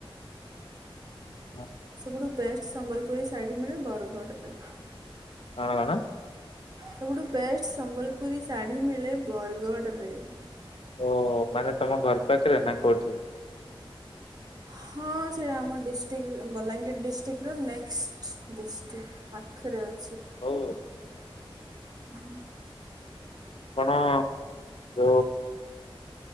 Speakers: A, on the left; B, on the right.
A: <unintelligible>
B: ସବୁଠୁ ବେଷ୍ଟ ସମ୍ବଲପୁରୀ ଶାଢ଼ୀ ମିଳେ ବରଗଡ଼ରେ।
A: କଣ କଣ?
B: ସବୁଠୁ ବେଷ୍ଟ ସମ୍ବଲପୁରୀ ଶାଢ଼ୀ ମିଳେ ବରଗଡରେ।
A: ଓ ମାନେ ତମ ଘର ପାଖରେ ନା କୋଉଠି?
B: ହଁ ସେଇଟା ଆମ ଡିଷ୍ଟ୍ରିକ୍ଟ ବଲାଙ୍ଗୀର ଡିଷ୍ଟ୍ରିକ୍ଟର ନେକ୍ସଟ ଡିଷ୍ଟ୍ରିକ୍ଟ ପାଖରେ ଅଛି।
A: ହଉ।
B: ହୁଁ।
A: ଆପଣ ଯୋଉ